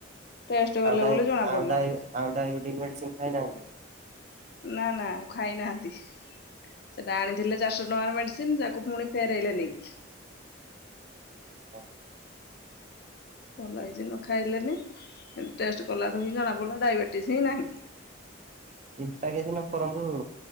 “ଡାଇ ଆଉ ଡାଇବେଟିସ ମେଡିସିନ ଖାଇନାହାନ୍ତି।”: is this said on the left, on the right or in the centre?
Right